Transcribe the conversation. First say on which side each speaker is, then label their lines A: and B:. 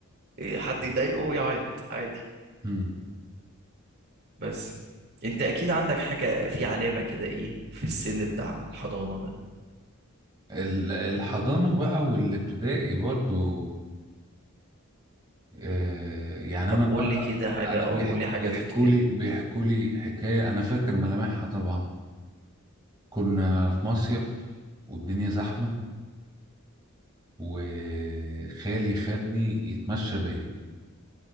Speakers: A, on the right; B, on the right.
A: إيه حد يضايقه يعيط عادي
B: امم
A: بس انت اكيد عندك حاجة في علامة كده ايه في السن بتاع الحضانة ده
B: ال- الحضانة بقى والابتدائي برضو آه يعني
A: طب
B: أنا
A: قول
B: مرة
A: لي كده حاجة
B: أنا
A: اه
B: بيح-
A: قول لي حاجة
B: بيحكوا
A: تفتكرها
B: لي بيحكوا لي حكاية أنا فاكر ملامحها طبعا كنا في مصيف والدنيا زحمة وخالي خدني يتمشى بيا